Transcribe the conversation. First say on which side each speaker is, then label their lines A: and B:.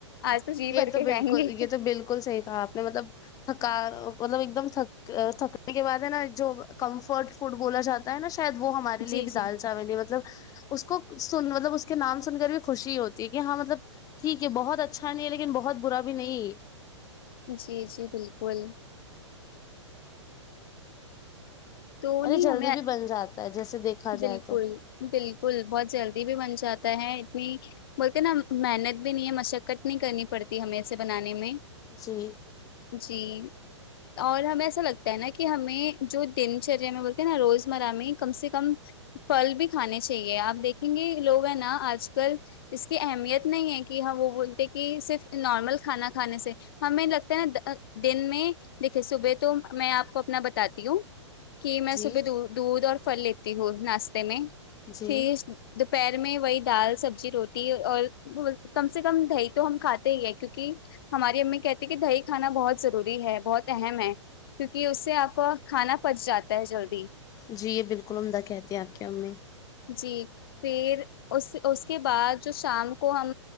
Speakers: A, on the left; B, on the left.
A: آج تو جی بھر
B: یہ
A: کے
B: بالکل
A: کھائیں گے
B: یہ تو بالکل صحیح کہا آپ نے مطلب تھکا مطلب ایک دم تھک تھکنے کے بعد ہے نا جو کمفرٹ فڈ بولا جاتا تا ہے نا شاید وہ ہمار
A: جی
B: لیے بھی
A: جی
B: دال مطلب اس کو سن مطلب اس کے نام سن کر بھی خوشی ہوتی ہے کہ ہاں مطلب ٹھیک ہے بہت اچھا نہیں ہے لیکن بہت برا بھی نہیں
A: جی جی بالکل تو
B: اور
A: نہیں
B: یہ جلدی
A: ہمیں
B: بھی بن جاتا ہے جیسے دیکھا
A: بالکل
B: جائے تو
A: بالکل بہت جلدی بھی بن جاتا ہے اتنی بولتے نا محنت بھی نہیں ہے مشقت نہیں کرنی پڑتی ہمیں اسے بنانے میں
B: جی
A: جی اور ہمیں ایسا لگتا ہے نا کہ ہمیں جو دن چریا میں بولتے ہیں نا روزمرہ میں کم سے کم پھل بھی کھانے چاہیے آپ دیکھیں گے لوگ ہیں نا آج کل اس کی اہمیت نہیں ہے کہ ہاں وہ بولتے کہ صرف نارمل کھانا کھانے سے ہمیں لگتا ہے نا دن میں دیکھیے صبح تو میں آپ کو اپنا بتاتی ہوں کہ میں
B: جی
A: صبح دودھ اور پھل لیتی ہوں ناشتے میں
B: جی
A: پھر دوپہر میں وہی دال سبزی روٹ ٹی اور کم سے کم دہی تو ہم کھاتے ہی ہیں کیونک ہماری امی کہتی کہ دہی کھانا بہت ضروری ہے بہت اہم ہے کیونکہ اس سے آپ کو کھانا پچ جاتا ہے جلدی
B: جی یہ بالکل عمدہ کہتی ہیں آپ کی امی
A: جی پھر اس اس کے بعد جو شام کو ہم